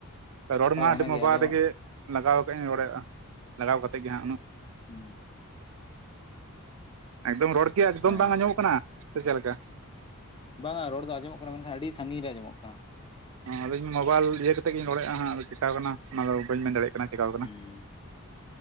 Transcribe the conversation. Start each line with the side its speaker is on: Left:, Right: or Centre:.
Right: ᱨᱚᱲ
Left: ᱦᱳᱭ
Right: ᱢᱟᱜ ᱟᱹᱰᱤ
Left: ᱚᱱᱟᱜᱮ
Right: ᱢᱳᱵᱟᱭᱤᱞ
Left: ᱟᱫᱚ
Right: ᱨᱮᱜᱮ ᱞᱟᱜᱟᱣ ᱠᱟᱜ ᱤᱧ ᱨᱚᱲ ᱮᱜᱼᱟ ᱞᱟᱜᱟᱣ ᱠᱟᱛᱮᱫ ᱜᱮ ᱦᱟᱸᱜ ᱩᱱᱟᱹᱜ
Left: ᱦᱩᱸ
Right: ᱮᱠᱫᱚᱢ ᱨᱚᱲᱜᱮ ᱮᱠᱫᱚᱢ
Left: ᱚ
Right: ᱵᱟᱝ ᱟᱸᱡᱚᱢᱚᱜ ᱠᱟᱱᱟ ᱥᱮ ᱪᱮᱫ ᱞᱮᱠᱟ
Left: ᱵᱟᱝᱟ ᱨᱚᱲ ᱫᱚ ᱟᱸᱡᱚᱢᱚᱜ ᱠᱟᱱᱟ ᱢᱮᱱ ᱠᱷᱟᱱ ᱟᱹᱰᱤ ᱥᱟᱺᱜᱤᱧ ᱨᱮ ᱟᱸᱚᱢᱚᱜ ᱠᱟᱱᱟ
Right: ᱚ ᱟᱫᱚᱧ ᱢᱳᱵᱟᱭᱤᱞ ᱤᱭᱟᱹ ᱠᱟᱛᱮ ᱜᱤᱧ ᱨᱚᱲ ᱮᱫᱼᱟ ᱦᱟᱸ ᱟᱫᱚ ᱪᱮᱠᱟᱣ ᱠᱟᱱᱟ ᱚᱱᱟᱫᱚ ᱵᱟᱹᱧ ᱢᱮᱱ ᱫᱟᱲᱮᱭᱟᱜ ᱠᱟᱱᱟ ᱪᱮᱠᱟᱣ ᱠᱟᱱᱟ
Left: ᱦᱩᱸ